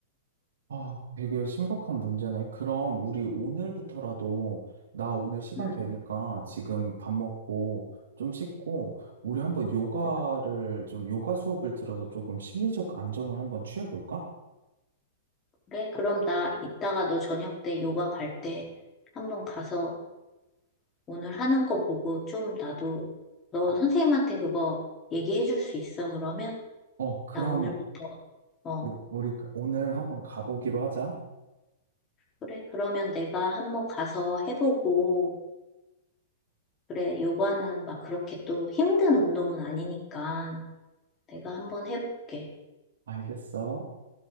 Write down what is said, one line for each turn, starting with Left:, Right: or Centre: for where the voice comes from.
Right: 아, 되게 심각한 문제네. 그럼 우리 오늘부터라도 나 오늘 시간
Left: 음,
Right: 되니까 지금 밥 먹고 좀 씻고 우리 한번 요가를
Left: 음,
Right: 좀 요가 수업을 들어서 조금 심리적 안정을 한번 취해볼까?
Left: 그래? 그럼 나 이따가 너 저녁 때 요가 갈 때 한번 가서 오늘 하는 거 보고 좀 나도 너 선생님한테 그거 얘기해 줄 수 있어. 그러면
Right: 어, 그럼
Left: 나 오늘부터, 어,
Right: 우- 우리 그 오늘 한번 가보기로 하자.
Left: 그래. 그러면 내가 한번 가서 해보고 그래, 요가는 막 그렇게 또 힘든 운동은 아니니까 내가 한번 해볼게.
Right: 알겠어.